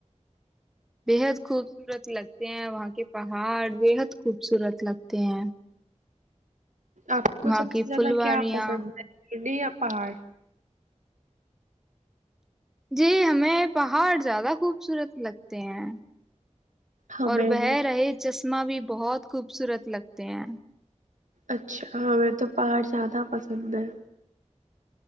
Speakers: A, in the centre; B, on the right (about 85°).
A: بےحد خوبصورت لگتے ہیں وہاں کے پہاڑ بےحد خوبصورت لگتے ہیں
B: آپ کو
A: وہاں
B: سب
A: کی
B: سے زیادہ
A: پھلواریاں
B: کیا پسند ہے گڑیا پہاڑ
A: جی ہمیں پہاڑ زیادہ خوبصورت لگتے ہیں
B: ہمیں
A: اور بہ
B: بھی
A: رہے جس چسمہ بھی بہت خوبصورت لگتے ہیں
B: اچھا ہاں میںیں تو پہاڑ زیادہ پسند ہے